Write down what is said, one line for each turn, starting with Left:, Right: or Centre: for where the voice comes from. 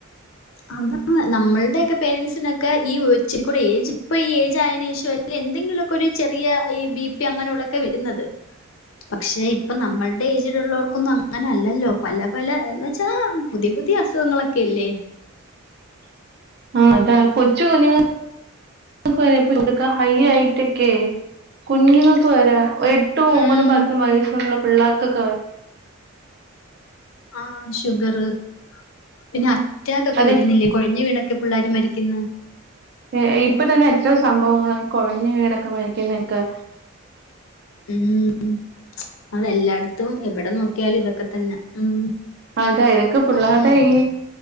Left: അതാ നമ്മൾടെയൊക്കെ പേരന്റ്സിനൊക്കെ ഈ ഒച്ചരിക്കൂടെ ഏജ് ഇപ്പൊ ഈ ഏജ് ആയേന് ശേഷ് ഇഷ്യു അല്ലെങ്കി എന്തെങ്കിലൊക്കെ ഒരു ചെറിയ ഈ ബി പി അങ്ങനെയൊള്ളൊക്കെ വരുന്നത് പക്ഷെ ഇപ്പൊ നമ്മൾടെ ഏജിലുള്ളവർക്കൊന്നും അങ്ങനെ അല്ലല്ലോ പല പല എന്ന് വെച്ചാ പുതിയ പുതിയ അസുഖങ്ങളൊക്കെ അല്ലേ
Right: ആഹ് അതാ കൊച്ചു കുഞ്ഞ്ങ്ങ ങ്ങക്ക് വരെ ഇപ് <unintelligible> ഹൈ ആയിറ്റെക്കെയെ കുഞ്ഞുങ്ങക്ക് വരെ ഒ എട്ടും
Left: ഉം.
Right: ഒമ്പതും പത്തും വയസ്സൊള്ള പിള്ളേർക്കൊക്കെ വെര
Left: ആഹ് ഷുഗറ് പിന്നെ റ്റാക്കൊക്കെ
Right: അതെ
Left: വെരുന്നില്ലേ കൊഴഞ്ഞ് വീണൊക്കെ പിള്ളേര് മരിക്കുന്ന്
Right: ഏഹ് ഇപ്പൊ തന്നെ എത്രയോ സംഭവങ്ങളാ ഈ കൊഴഞ്ഞ് വീണൊക്കെ മരിക്കുന്നെയൊക്കെ
Left: ഉം അതെല്ലായിടത്തും എവിടെ നോക്കിയാലും ഇതൊക്കെ തന്നെ ഉം
Right: അതാ ഇതൊക്കെ പിള്ളാരുടെ ഈ